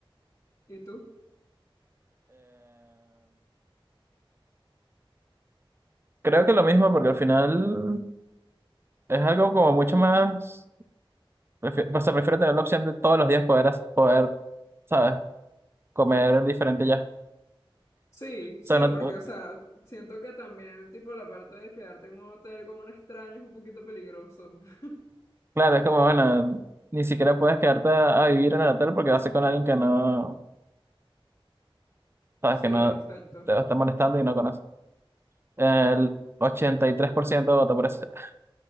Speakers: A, on the left; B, on the right.
A: ¿Y tú?
B: creo que lo mismo, porque al final. Es algo como mucho más, prefi- o sea, prefiero tener la opción de todos los días poder, as- poder, ¿sabes? Comer diferente ya.
A: Sí, sí,
B: O sea, no,
A: porque,
B: t-
A: o sea, siento que también, tipo, la parte de quedarte en un hotel con un extraño es un poquito peligroso. <laughs>
B: claro, es como, bueno, ni siquiera puedes quedarte a, a vivir en el hotel porque vas a ser con alguien que no, ¿sabes?
A: Sí,
B: Que no
A: exacto.
B: te va a estar molestando y no conoce. El 83% vota por eso. <laughs>